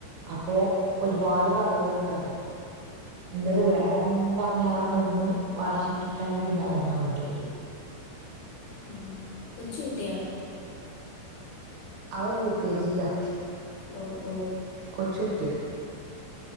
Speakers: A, on the right; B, on the left.
A: അപ്പോ ഒരുപാട് കടകൾ ഉണ്ടല്ലോ? ഇന്നത്
B: ഓ
A: വേണം എന്ന് പറ അവിടെ നിന്ന് വാശി പിടിക്കയാണെങ്കില് പിന്നെ തന്നെ വേണ്ടി വരും.
B: ആ കൊച്ചുകുട്ടിയാണോ?
A: അവൻ യു കെ ജി യിലാ.
B: ഓ ഓ
A: കൊച്ചുകുട്ടിയാ